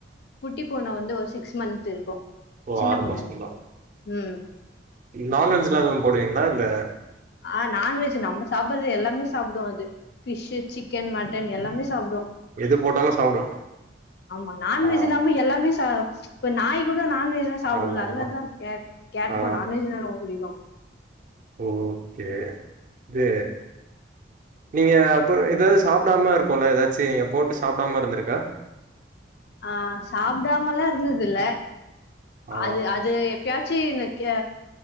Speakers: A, on the left; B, on the right.
A: குட்டி பூன வந்து ஒரு சிக்ஸ் மந்த் இருக்கு
B: ஓ
A: சின்ன
B: ஆறு
A: பொண்ணு
B: மாசோதா
A: அது ம்
B: நான்வெஜ்ல்லா எது போடுவீங்ளா இல்ல
A: ஆ நான்வெஜ் நம்ம சாப்பறது எல்லாமே சாப்புடு அது ஃபிஷ் சிக்கன் மட்டன் எல்லாமே சாப்புடு
B: எது போட்டாலு சாப்டு
A: ஆமா நான்வெஜ்
B: ஆ
A: நாம எல்லாமே சா இப்ப நாய் கூட நா நான்வெஜ்லா சாப்புடுல்ல
B: ஆமாமா
A: அது மாரி தா கே கேட்டுக்கு
B: ஆ
A: நான்வெஜ்னா ரொம்ப புடிக்கு
B: ஓகே இது நீங்க அப்றோ எதாது சாப்டாம இருக்கோல எதாச்சி நீங்க போட்டு சாப்டாம இருந்திருக்கா
A: ஆ சாப்டாமல்லா இருந்ததுல்ல
B: ஆ
A: அது அது எப்பயா சி இந்த கே